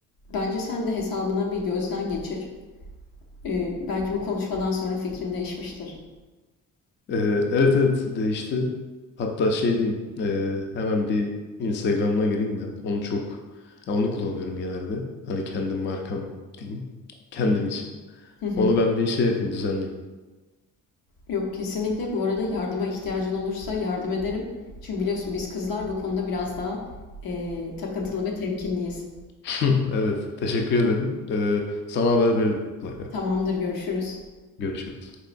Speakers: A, on the left; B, on the left.
A: bence sen de hesabına bir gözden geçir. Eee, belki bu konuşmadan sonra fikrin değişmiştir.
B: Eee, evet evet değişti. Hatta şey diyeyim, eee, hemen bir Instagram'a gireyim ben. Onu çok, ya onu kullanıyorum genelde. Hani kendim markam diyeyim, kendim için.
A: Hı hı.
B: Onu ben bir şey yapayım, düzenleyeyim.
A: Yok kesinlikle bu arada yardıma ihtiyacın olursa yardım ederim. Çünkü biliyorsun biz kızlar bu konuda biraz daha eee, takıntılı ve temkinliyiz.
B: <laughs> Evet, teşekkür ederim. Eee, sana haber veririm mutlaka.
A: Tamamdır görüşürüz.
B: Görüşürüz.